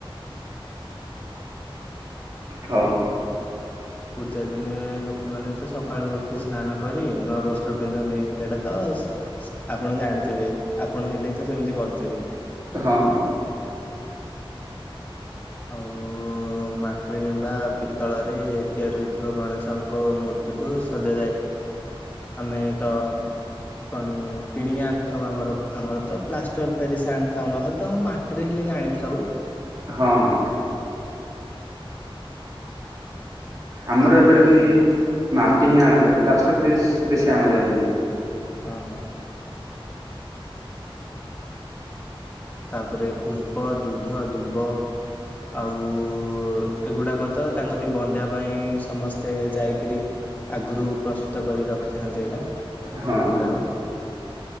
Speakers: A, on the right (about 40°); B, on the left (about 15°).
A: ହଁ।
B: ପୂଜା ଦିନେ ଲୋକମାନେ ତ ସକାଳୁ ଉଠି ସ୍ନାନ କରି, ନୂଆ ବସ୍ତ୍ର ପିନ୍ଧନ୍ତି, ଏଇଟା ତ ଆପଣ ଜାଣିଥିବେ, ଆପଣ ହେଲେ ବି ତ ସେମିତି କରୁଥିବେ?
A: ହଁ ହଁ।
B: ଆଉ ମାଟିରେ କିମ୍ବା ପିତ୍ତଳରେ ରେ ତିଆରି ହୋଇଥିବା ଗଣେଶଙ୍କ ମୂର୍ତ୍ତି କୁ ସଜାଯାଏ। ଆମେ ତ କ କିଣି ଆଣିଥାଉ ଆମର ଆମର ତ ପ୍ଲାଷ୍ଟର ପେରିସ ଆଣିଥାଉ ନହେଲେ ତ ମା ସେଥିରେ ହେଲେ ଆଣିଥାଉ।
A: ହଁ ଅଁ। ଆମର
B: ତାପରେ
A: ଏପଟେ ବି ମାଟି ହିଁ ଆଣାଯାଏ, ପ୍ଲାଷ୍ଟର ପେରିସ ବେଶି ଆଣାଯାଏନି।
B: ହଁ। ତାପରେ ପୁଷ୍ପ, ଦୁଧ, ଦୁବ ଆଉ ଏଗୁଡାକ ତ, ତାଙ୍କ କତିକି ବନ୍ଦେଇବା ପାଇଁ ସମସ୍ତେ ଯାଇକିରି ଆଗରୁ ପ୍ରସ୍ତୁତ କରି ରଖିଥାନ୍ତି ଏଇଟା।
A: ହଁ।
B: ଏଗୁଡାକ